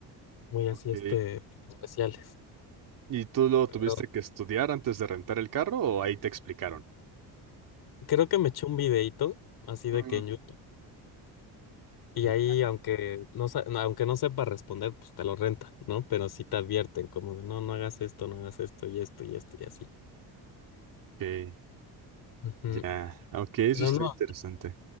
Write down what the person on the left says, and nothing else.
muy así,
este, especiales.
Pero
creo que me echó un videito así de
que en YouTube Y
ahí, aunque no, sa- no- aunque no sepa responder, pues te lo renta, ¿no? Pero sí te advierten, como de, no, no hagas esto, no hagas esto y esto y esto y así.
Ujú.
Pero
no,